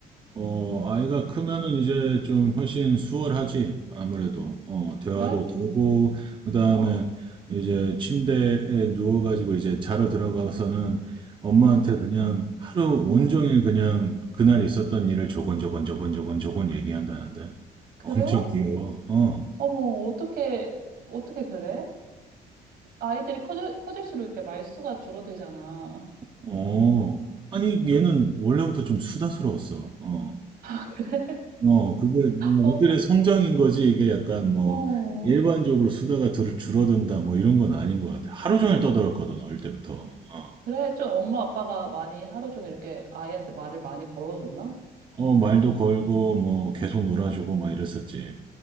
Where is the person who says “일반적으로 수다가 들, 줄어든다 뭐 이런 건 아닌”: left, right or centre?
Right